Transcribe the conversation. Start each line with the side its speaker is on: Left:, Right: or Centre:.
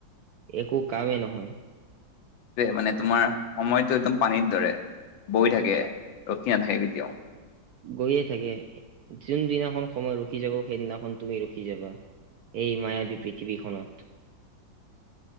Right: একো কামেই নহয়।
Left: দে মানে তোমাৰ সময়তটো একদম পানীৰ দৰে বৈ থাকে ৰখি নাথাকে কেতিয়াও
Right: গৈয়ে থাকে যোনদিনাখন সময় ৰখি যাব সেইদিনাখন তুমি ৰখি যাবা। এই মায়াবী পৃথিৱীখনত।